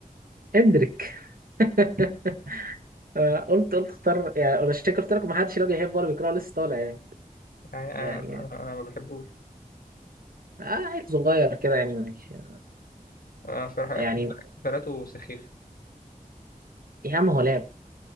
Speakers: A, on the right (about 80°); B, on the left (about 80°).
A: هندريك <laughs> آه، قلت قلت اختار يعني ولا شكل قلت لك ما حدش لا بيحب ولا بيكره لسه طالع
B: يعني انا
A: يعني
B: انا
A: يعني
B: أنا ما بحبوش
A: آه، عيل صغير كده يعني ماشي
B: آه، بصراحة
A: يعني
B: احتفالاته سخيفة
A: يا عم هو لعب